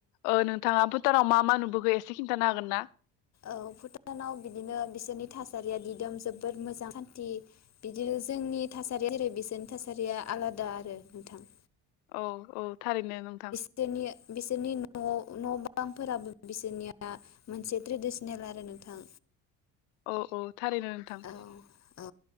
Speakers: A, on the left; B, on the left.
A: ओ नोंथाङा भुटानाव मा मा नुबोखो एसे खिन्थानो हागोन ना
B: औ भुटानाव बिदिनो बिसोरनि थासारिया एदम जबोद मोजां सानथि बिदिनो जोंनि थासारिया जेरै बिसोरनि थासारिया आलादा आरो नोंथां
A: औ औ थारैनो नोंथां।
B: दिनै बिसोरनि बिसोरनि न' न' बांफोराबो बिसोरनिया मोनसे ट्रेडिसनेल आरो नोंथां
A: औ औ थारैनो नोंथां
B: औ औ